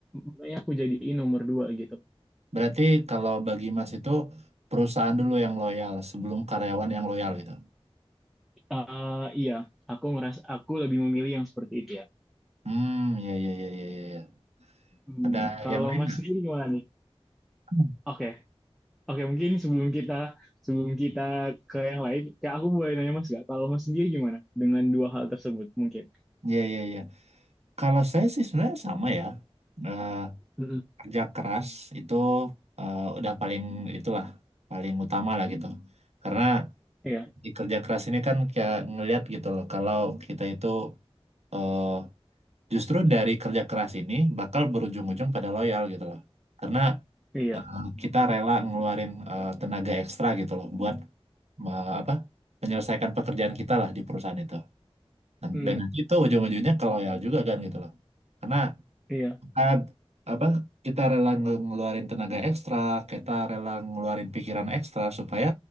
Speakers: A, in the centre; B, on the right.
A: makanya aku jadiin nomor dua gitu.
B: Berarti kalau bagi Mas itu perusahaan dulu yang loyal sebelum karyawan yang loyal gitu.
A: Eh, iya, aku ngerasa aku lebih memilih yang seperti itu ya.
B: Hmm, ya ya ya ya ya.
A: Hmm,
B: Ada
A: kalau
B: yang lain
A: Mas
B: nggak?
A: sendiri gimana nih?
B: Hmm.
A: Oke, Oke mungkin sebelum kita sebelum kita ke yang lain, kayak aku boleh nanya Mas gak? Kalau Mas sendiri gimana dengan dua hal tersebut mungkin?
B: Ya ya ya. Kalau saya sih sebenarnya sama ya. Eh,
A: Mm-mm.
B: kerja keras itu eh, udah paling itulah paling utama lah gitu. Karena
A: Iya,
B: di kerja keras ini kan kayak ngelihat gitu loh kalau kita itu eh, justru dari kerja keras ini bakal berujung-ujung pada loyal gitu loh. Karena
A: iya,
B: eh,
A: Benar
B: kita
A: sih.
B: rela ngeluarin eh, tenaga ekstra gitu loh buat me- apa menyelesaikan pekerjaan kita lah di perusahaan itu dan,
A: Hmm,
B: dan nanti itu ujung-ujungnya ke loyal juga kan gitu loh karena
A: iya,
B: kita apa kita rela nge- ngeluarin tenaga ekstra kita rela ngeluarin pikiran ekstra supaya